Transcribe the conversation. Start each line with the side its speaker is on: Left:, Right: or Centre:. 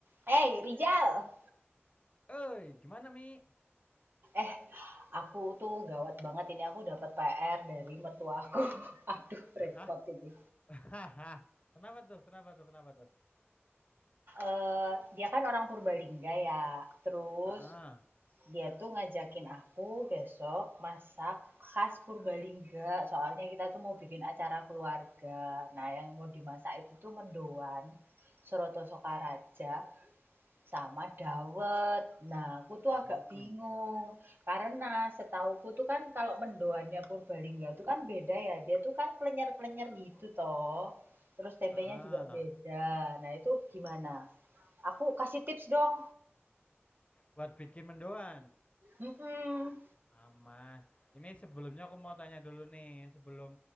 Right: Hey Rizal.
Left: Oi, gimana Mi?
Right: eh aku tuh gawat banget ini aku dapat PR dari mertua aku. <laughs> Aduh repot
Left: Hah?
Right: ini.
Left: Hahaha. Kenapa tuh? Kenapa tuh? Kenapa tuh?
Right: Eh, dia kan orang Purbalingga ya, terus
Left: Heeh.
Right: dia tuh ngajakin aku besok masak khas Purbalingga. Soalnya kita tuh mau bikin acara keluarga. Nah yang mau dimasak itu tuh mendoan, Soroto Sokaraja, Sama dawet. Nah, aku tuh
Left: Hmm,
Right: agak bingung, karena setauku tuh kan kalau mendoannya Purbalingga tuh kan beda ya, dia tuh kan klenyer-klenyer gitu toh. Terus tempenya
Left: Heeh.
Right: juga beda. Nah, itu gimana? Aku kasih tips dong.
Left: Buat bikin mendoan.
Right: Mhm.
Left: Aman. Ini sebelumnya aku mau tanya dulu nih, sebelum